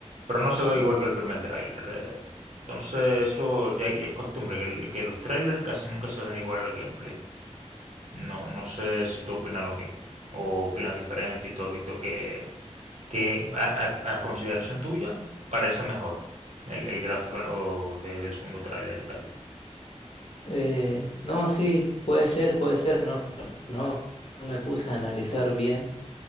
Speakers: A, on the right (about 70°); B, on the left (about 55°).
A: Pero no se
B: Sí.
A: ve igual que el primer tráiler. eh. Entonces, eso ya, ya es costumbre, que, el- que los trailers casi nunca se ven igual al gameplay. No, no sé si tú opinas lo mismo o opinas diferente y tú has visto que, que a, a- a consideración tuya parece mejor el, el gráfico ¿no? de- del segundo tráiler y tal.
B: Eh, no, sí, puede ser, puede ser. No, no me puse a analizar bien,